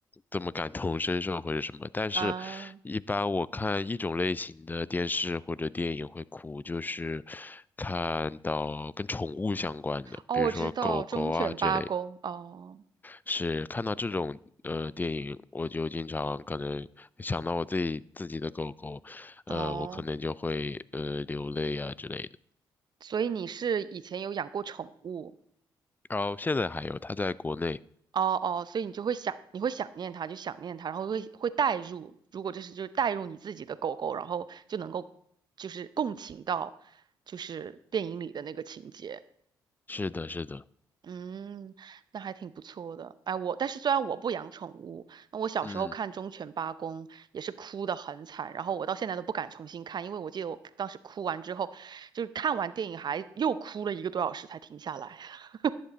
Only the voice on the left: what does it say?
这么感同身受或者什么。但是，
一般我看一种类型的电视或者电影会哭，就是看到跟宠物相关的，
比如说狗狗啊这类的
是看到这种呃电影，我就经常可能想到我自己自己的狗狗，
呃，我可能就会呃流泪啊之类的。
然后现在还有，它在国内，
是的，是的，
嗯，